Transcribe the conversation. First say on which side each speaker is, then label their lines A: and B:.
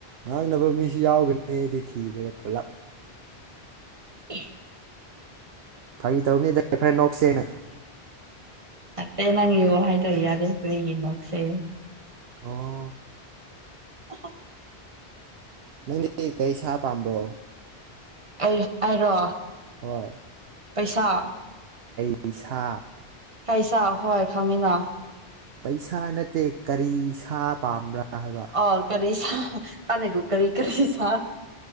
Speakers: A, on the right (about 70°); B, on the right (about 30°).
A: ꯉꯥꯡꯅꯕ ꯃꯤꯁꯨ ꯌꯥꯎꯒꯅꯤ ꯑꯩꯗꯤ ꯊꯤꯕꯗ ꯄꯨꯂꯞ
B: ꯑꯦ
A: ꯐꯥꯒꯤ ꯇꯧꯔꯝꯅꯤꯗꯅ ꯈꯔ ꯅꯣꯛꯁꯦꯅ
B: ꯅꯠꯇꯇꯩ ꯅꯪ ꯌꯣ ꯍꯥꯏꯗꯧ ꯌꯥꯔꯦ ꯀꯔꯤꯒꯤ ꯅꫭꯛꯁꯦ
A: ꯑꯣ
B: ꯑꯈꯣꯏ
A: ꯅꯪꯗꯤ ꯀꯔꯤ ꯁꯥ ꯄꯥꯝꯕ꯭ꯔꯣ
B: ꯑꯩ ꯑꯩꯔꯣ
A: ꯍꯣꯏ
B: ꯄꯩꯁꯥ
A: ꯄꯩꯁꯥ
B: ꯀꯩꯁꯥ ꯍꯣꯏ ꯈꯪꯉꯤꯅ
A: ꯄꯩꯁꯥ ꯅꯠꯇꯦ ꯀꯔꯤ ꯁꯥ ꯄꯥꯝꯕ꯭ꯔꯥ ꯍꯥꯏꯕ
B: ꯑ ꯀꯔꯤ ꯁꯥ ꯁꯥꯟꯅꯒꯣ ꯀꯔꯤ ꯀꯔꯤ ꯁꯥ